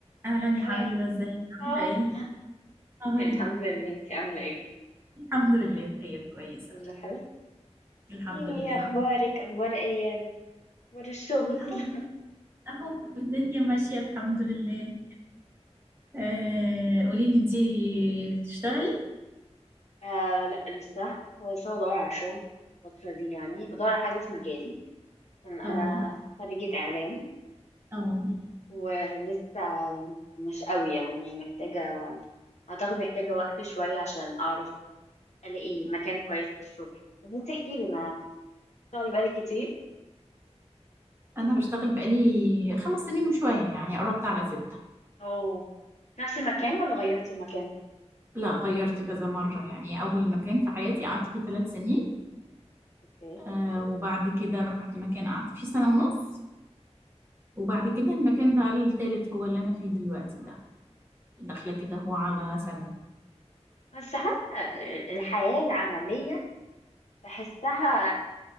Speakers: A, on the right (about 20°); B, on the left (about 75°).
A: اهلا يا حبيبه
B: هاي
A: ازيك عامله
B: هاي
A: ايه اهي
B: الحمد لله انت عامله ايه
A: الحمد لله بخير كويسه
B: كله حلو
A: الحمد
B: يعني
A: لله
B: ايه اخبارك
A: كنت
B: اخبار ايامك اخبار الشغل
A: اهو
B: <laughs>
A: اهو الدنيا ماشيه الحمد لله آه قولي لي انتي بتشتغلي
B: آه لا لسه لسه بدور على شغل الفتره دي يعني بدور على حاجه في مجالي ان انا
A: اه
B: خريجه اعلام
A: اه
B: ولسه مش قوي يعني محتاجه اعتقد محتاجه وقت شويه عشان اعرف الاقي مكان كويس في الشغل بس انت احكي لي انا شغلي بقالي كتير
A: انا بشتغل بقالي خمس سنين وشويه يعني قربت على ستة
B: او في نفس المكان ولا غيرتي المكان
A: لا غيرت كذا مرة يعني أول مكان في حياتي قعدت فيه ثلاث سنين
B: اوكي
A: آه وبعد كده رحت مكان قعدت فيه سنة ونص وبعد كده المكان بقى التالت هو اللي أنا فيه دلوقتي ده. داخلة كده هو على سنة
B: بس حاسة الحياة العملية بحسها